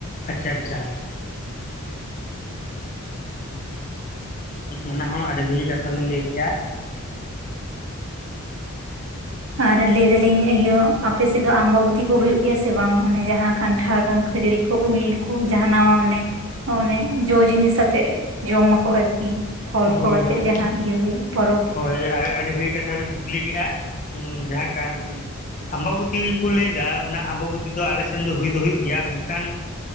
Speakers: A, on the left; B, on the right.
A: ᱟᱪᱪᱷᱟ ᱟᱪᱪᱷᱟ ᱚᱱᱟ ᱦᱚᱸ ᱟᱹᱰᱤ ᱵᱷᱟᱹᱜᱤ ᱠᱟᱛᱷᱟ ᱵᱤᱱ ᱞᱟᱹᱭ ᱠᱮᱜᱼᱟ
B: ᱟᱨ ᱞᱟᱹᱭ ᱫᱟᱞᱤᱧ ᱤᱭᱟᱹ ᱟᱯᱮᱥᱮᱫ ᱫᱚ ᱟᱢᱵᱟ ᱵᱚᱛᱤ ᱠᱚ ᱦᱩᱭᱩᱜ ᱜᱮᱭᱟ ᱥᱮ ᱵᱟᱝ ᱚᱱᱮ ᱡᱟᱦᱟᱸ ᱠᱟᱱᱴᱷᱟᱲ ᱠᱷᱟᱹᱡᱟᱹᱲᱤ ᱠᱚ ᱩᱞ ᱠᱚ ᱡᱟᱦᱟᱸ ᱱᱚᱣᱟ ᱢᱟᱱᱮ ᱡᱚ ᱡᱤᱱᱤᱥ ᱟᱛᱮᱫ ᱡᱚᱢᱟᱠᱚ ᱟᱨᱠᱤ ᱯᱷᱚᱞ ᱠᱚ
A: ᱦᱳᱭ
B: ᱟᱛᱮ
A: ᱦᱳᱭ
B: ᱡᱟᱦᱟᱸ ᱤᱭᱟᱹ ᱦᱩᱭᱩᱜ ᱯᱚᱨᱚᱵᱽ
A: ᱦᱳᱭ ᱟᱹᱰᱤ ᱵᱷᱟᱹᱜᱤ ᱠᱟᱛᱷᱟ ᱵᱤᱱ ᱠᱩᱠᱞᱤ ᱠᱮᱫᱼᱟ ᱡᱟᱦᱟᱸ ᱠᱟᱱ ᱟᱢᱵᱟᱵᱩᱛᱤ ᱠᱩ ᱞᱟᱹᱭᱫᱟ ᱚᱱᱟ ᱟᱢᱵᱟᱵᱩᱛᱤ ᱫᱚ ᱟᱞᱮ ᱥᱮᱱ ᱫᱚ ᱦᱩᱭ ᱫᱚ ᱦᱩᱭᱩᱜ ᱜᱮᱭᱟ ᱢᱮᱱᱠᱷᱟᱱ